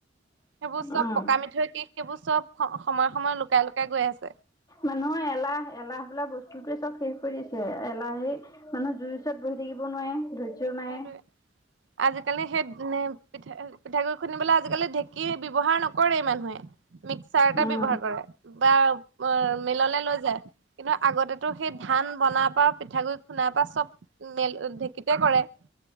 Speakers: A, on the right; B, on the left.
A: সেইবোৰ চব
B: উম
A: পকা মিঠৈ দি সেইবোৰ চব সময় সময়ে লুকাই লুকাই গৈ আছে।
B: মানুহৰ এলাহ, এলাহ বোলা বস্তুটোৱে চব শেষ কৰি দিছে। এলাহে
A: উম
B: মানুহ জুই ওচৰত বহি থাকিব নোৱাৰে ধৈৰ্য্য নাই
A: সেইটোৱে আজিকালি সেই নে পিঠা পিঠাগুৰি খুন্দিবলৈ আজিকালি ঢেঁকীয়ে ব্যৱহাৰ নকৰেই মানুহে। মিক্সাৰতে
B: উম
A: ব্যৱহাৰ কৰে বা মিললে লৈ যায়। কিন্তু আগতেটো সেই ধান বনাৰ পৰা পিঠাগুৰি খুন্দাৰ পৰা চব মেল ঢেঁকীতে কৰে।